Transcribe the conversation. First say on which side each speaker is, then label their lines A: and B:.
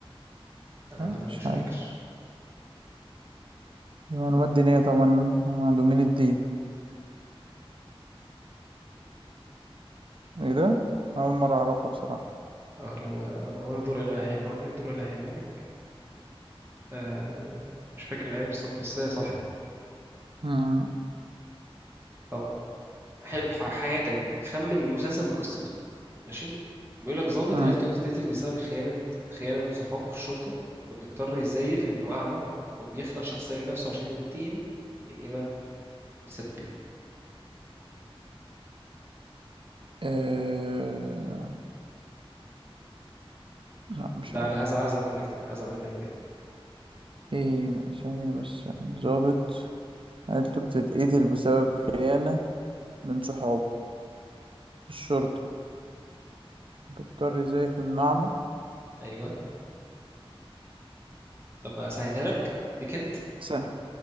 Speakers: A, on the right; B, on the right.
A: انا
B: أه،
A: عامه مش
B: مش
A: فاكر
B: عارف معلومات دينية طبعا عنده من الدين ايه ده اول مرة اعرفها بصراحة
A: اه اللي هو انظر الى حمار انظر الى حمارك آه مش فاكر الايه بالظبط بس هي صح يعني
B: امم
A: طب حلو ح- حياتك دي خمن المسلسل من قصته ماشي بيقول لك ضابط
B: امم
A: عيلته بتتقتل بسبب خيانه خيانه من صحابه في الشرطه فبيضطر يزيف انه اعمى وبيخلق شخصيه لنفسه عشان ينتقم من ايه بقى متسبين
B: أه... لا مش
A: ده
B: عارف
A: على هزعل ازعل منك دي ازعل منك بجد
B: ايه ثانية بس ضابط عيلته بتتقتل بسبب خيانة من صحابه الشرطة بيضطر يزيف النعمة
A: ايوه طب اسهلها لك دي كنت
B: سهل